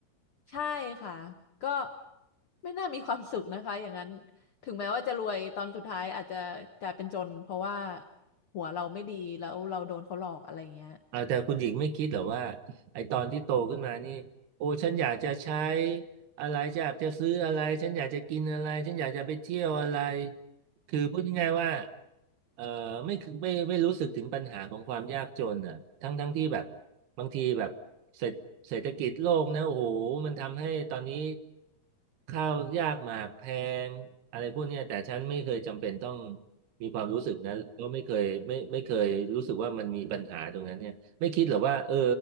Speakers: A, on the left; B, on the right.
A: ใช่ค่ะก็ไม่น่ามีความสุขนะคะอย่างนั้นถึงแม้ว่าจะรวยตอนสุดท้ายอาจจะกลายเป็นจนเพราะว่าหัวเราไม่ดีแล้วเราโดนเขาหลอกอะไรอย่างเงี้ย
B: เออแต่คุณหญิงไม่คิดเหรอว่าไอตอนที่โตขึ้นมานี่โอ้ฉันอยากจะใช้อะไรจะอยากจะซื้ออะไรฉันอยากจะกินอะไรฉันอยากจะไปเที่ยวอะไรคือพูดง่ายๆว่าเออไม่คือไม่ไม่รู้สึกถึงปัญหาของความยากจนอ่ะทั้งทั้งที่แบบบางทีแบบเศรษฐเศรษฐกิจโลกนะโอ้โหมันทำให้ตอนนี้ข้าวยากหมากแพงอะไรพวกเนี้ยแต่ฉันไม่เคยจำเป็นต้องมีความรู้สึกนั้นก็ไม่เคยไม่ไม่เคยรู้สึกว่ามันมีปัญหาตรงนั้นเนี่ย ไม่คิดเหรอว่าเออ